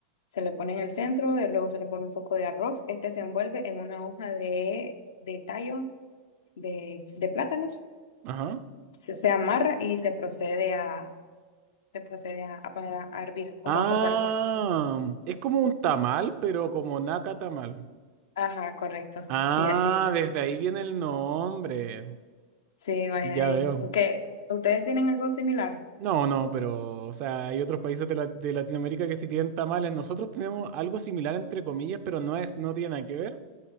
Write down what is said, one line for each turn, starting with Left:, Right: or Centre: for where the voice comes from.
Left: se le pone en el centro, eh, luego se le pone un poco de arroz, este se envuelve en una hoja de, de tallo de, de plátanos,
Right: ajá.
Left: se, se amarra y se procede a, se procede a, a poner a, a hervir, como
Right: Ah,
Left: a cocer pues.
Right: es como un tamal, pero como Nakata mal.
Left: Ajá, correcto,
Right: Ah,
Left: sí, así,
Right: desde ahí viene el nombre.
Left: sí, vaya
Right: Ya
Left: de ahí.
Right: veo.
Left: ¿Qué? ¿Ustedes tienen algo similar?
Right: No, no, pero, o sea, hay otros países de, la- de Latinoamérica que sí tienen tamales. Nosotros tenemos algo similar, entre comillas, pero no es, no tiene nada que ver.